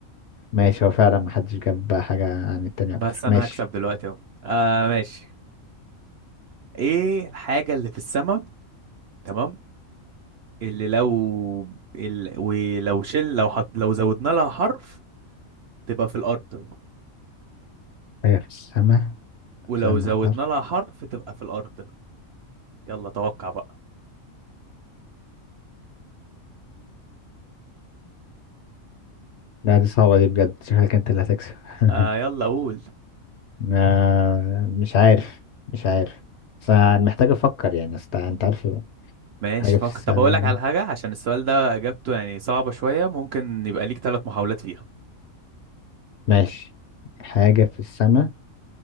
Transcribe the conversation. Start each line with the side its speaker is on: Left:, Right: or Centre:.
Left: ماشي هو فعلا محدش جاب حاجه عن التاني
Right: بس
Left: اكتر
Right: انا
Left: ماشي
Right: هكسب دلوقتي اهو آه ماشي ايه الحاجه اللي في السماء تمام اللي لو ال... ولو شل لو حط... لو زودنا لها حرف تبقى في الارض
Left: هي في السماء
Right: ولو
Left: في النهار
Right: زودنا لها حرف تبقى في الارض يلا توقع بقى
Left: لا دي صعبه دي بجد شكلك انت اللي هتكسب <laughs>
Right: آه يلا قول
Left: ما- مش عارف مش عارف بس أنا محتاج افكر يعني أصل انت عارف
Right: ماشي
Left: حاجه
Right: فكر
Left: في السماء
Right: طب اقول لك على حاجه عشان السؤال ده اجابته يعني صعبه شويه ممكن يبقى ليك ثلاث محاولات فيها
Left: ماشي حاجه في السماء